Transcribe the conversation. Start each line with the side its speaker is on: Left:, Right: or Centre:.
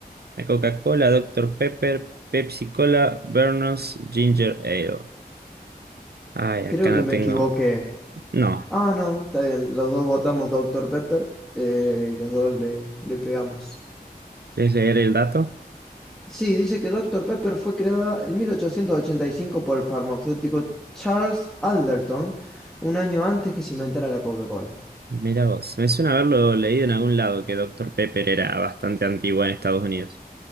Right: La Coca-Cola, Doctor Pepper, Pepsi Cola, Vernos, Ginger Ale. Ay, acá
Centre: Creo
Right: no
Centre: que me
Right: tengo.
Centre: equivoqué.
Right: No,
Centre: Ah, no, está bien. Los dos votamos Doctor Pepper eh, y los dos le, le pegamos.
Right: ¿quieres leer el dato?
Centre: Sí, dice que Doctor Pepper fue creada en 1885 por el farmacéutico Charles Alderton, un año antes que se inventara la Coca-Cola.
Right: Mira vos, me suena haberlo leído en algún lado que Doctor Pepper era bastante antigua en Estados Unidos.